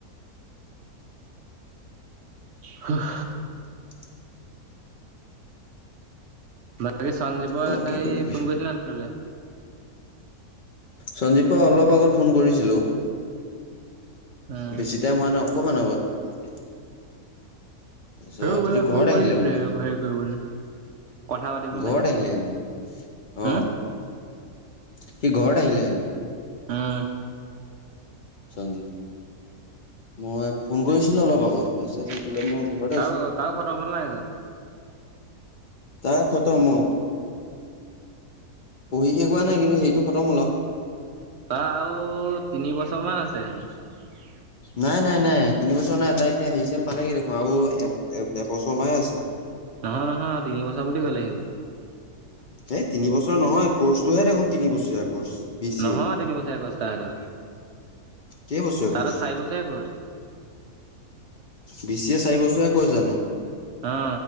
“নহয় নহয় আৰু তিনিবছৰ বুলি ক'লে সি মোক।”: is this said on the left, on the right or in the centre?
Right